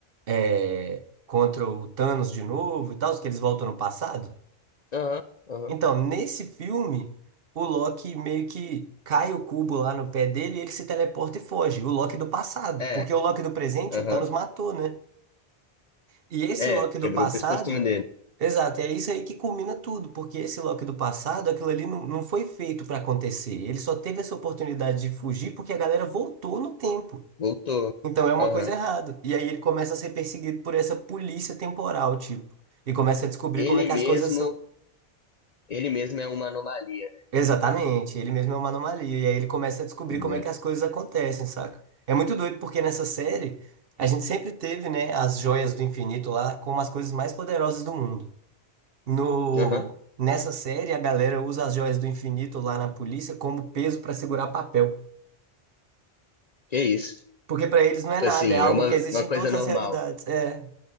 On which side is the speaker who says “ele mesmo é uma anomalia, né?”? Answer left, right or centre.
Left